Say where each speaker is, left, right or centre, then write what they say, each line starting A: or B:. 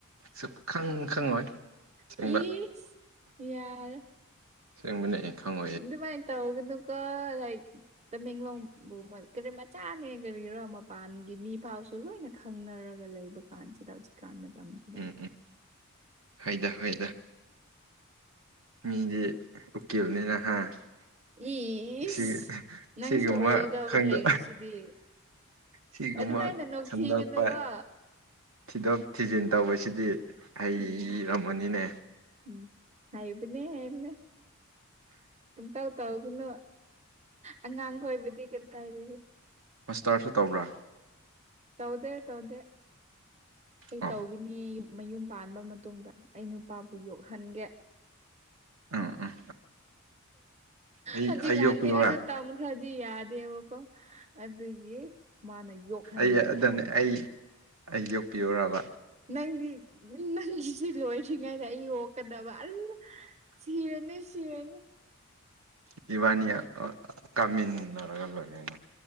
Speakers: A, on the right; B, on the right.
A: ꯁꯨꯛꯈꯪ ꯈꯪꯉꯣꯏ ꯑꯁꯦꯡꯕ
B: ꯏ ꯌꯥꯔ
A: ꯁꯦꯡꯕꯅꯦꯍꯦ ꯈꯪꯉꯨ
B: ꯗꯨꯃꯥꯏ ꯇꯧꯒꯅꯨꯀꯣ ꯂꯥꯛ ꯇꯃꯦꯡꯂꯣꯡꯕꯨ ꯀ ꯃꯆꯥꯅꯦ ꯀꯔꯤꯔꯣ ꯃꯄꯥꯟꯒꯤ ꯃꯤ ꯐꯥꯎꯁꯨ ꯂꯣꯏꯅ ꯈꯪꯅꯔꯒ ꯂꯩꯕ ꯀꯥꯟꯁꯤꯗ ꯍꯧꯖꯤ ꯀꯥꯟ ꯃ ꯇꯝꯁꯤꯗ
A: ꯎꯝ ꯎꯝ ꯍꯣꯏꯗ ꯍꯣꯏꯗ ꯃꯤꯗꯤ ꯎꯀꯤꯜꯅꯤꯅ ꯍꯥꯥ
B: ꯏꯁ
A: ꯁꯤ
B: ꯅꯪꯁꯨ
A: ꯁꯤꯒꯨꯝꯕ
B: ꯑꯣꯏꯒꯗꯕ
A: ꯈꯪꯗ
B: ꯂꯩꯔꯤꯁꯤꯗꯤ
A: ꯁꯤꯒꯨꯝꯕ
B: ꯑꯗꯨꯃꯥꯏꯅ ꯅꯣꯛꯊꯤꯒꯅꯨꯀꯣ
A: ꯁꯟꯗꯣꯛꯄ ꯊꯤꯗꯣꯛ ꯊꯤꯖꯤꯟ ꯇꯧꯕꯁꯤꯗꯤ ꯍꯩꯔꯝꯃꯅꯤꯅꯦ
B: ꯎꯝ ꯎꯝ ꯍꯥꯏꯕꯅꯦ ꯍꯥꯏꯕꯅꯦ ꯄꯨꯡꯇꯧ ꯇꯧꯒꯅꯨ ꯑꯉꯥꯡꯈꯣꯏꯕꯗꯤ ꯀꯇꯥꯏꯇꯥꯒꯤ
A: ꯃꯁꯇꯔꯁꯨ ꯇꯧꯕ꯭ꯔꯥ
B: ꯇꯧꯗꯦ ꯇꯧꯗꯦ ꯑꯩ
A: ꯑꯣ
B: ꯇꯧꯈꯤꯅꯤ ꯃꯌꯨꯝ ꯄꯥꯟꯕ ꯃꯇꯨꯡꯗ ꯑꯩ ꯅꯨꯄꯥꯕꯨ ꯌꯣꯛꯍꯟꯒꯦ
A: ꯎꯝ ꯎꯝ ꯑꯩ
B: ꯍꯧꯖꯤꯛꯀꯥꯟꯗꯤ
A: ꯑꯩ ꯌꯣꯛꯄꯤꯌꯨꯔꯥ
B: ꯑꯗꯨ ꯇꯝ ꯈꯔꯗꯤ ꯌꯥꯗꯦꯕꯀꯣ ꯑꯗꯨꯒꯤ ꯃꯥꯅ ꯌꯣꯛꯍꯟꯒꯅꯤ
A: ꯑꯩ ꯑꯗꯨꯅꯦ
B: ꯍꯌꯦꯡ꯫
A: ꯑꯩ ꯑꯩ ꯌꯣꯛꯄꯤꯌꯨꯔꯕ
B: ꯅꯪꯗꯤ ꯅꯪꯒꯤꯁꯤ ꯂꯣꯏꯗ꯭ꯔꯤꯉꯩꯗ ꯑꯩ ꯌꯣꯛꯀꯗꯕ ꯑꯜ꯫ ꯁꯤꯔꯅꯤ ꯁꯤꯔꯅꯤ
A: ꯏꯕꯥꯅꯤ ꯀꯥꯃꯤꯟꯅꯔꯒ ꯂꯣꯏꯒꯦꯅ